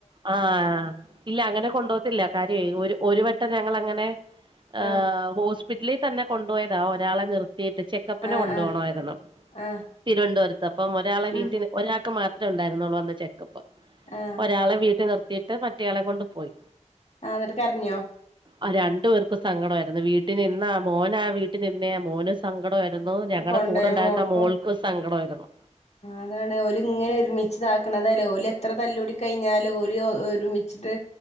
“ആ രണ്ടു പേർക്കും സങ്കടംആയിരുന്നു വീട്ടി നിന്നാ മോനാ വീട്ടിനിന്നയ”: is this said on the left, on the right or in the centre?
Right